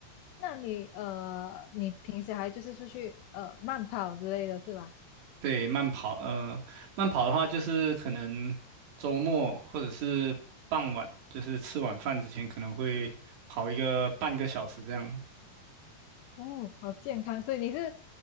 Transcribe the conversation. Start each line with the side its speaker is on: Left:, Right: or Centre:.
Left: 那你呃，你平时还就是出去呃慢跑之类的是吧？
Right: 对，慢跑，呃，慢跑的话就是可能周末或者是傍晚，就是吃晚饭之前可能会跑一个半个小时这样。
Left: 哦，好健康，所以你是，